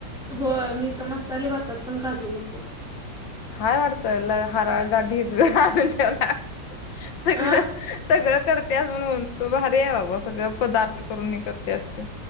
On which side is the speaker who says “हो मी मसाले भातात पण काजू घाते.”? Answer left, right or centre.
Centre